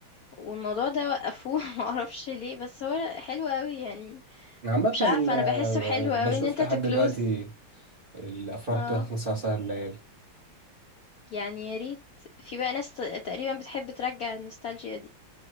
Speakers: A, on the left; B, on the right.
A: والموضوع ده وقفوه <laughs> معرفش ليه بس هو حلو قوي يعني
B: عامة
A: مش عارفة
B: آه،
A: انا بحسه حلو
B: بشوف
A: قوي ان انت
B: لحد
A: تكلوز
B: دلوقتي الأفراح
A: اه
B: بتخلص على سهر الليالي
A: يعني يا ريت في بقى ناس تقريبا بتحب ترجع النوستالجيا دي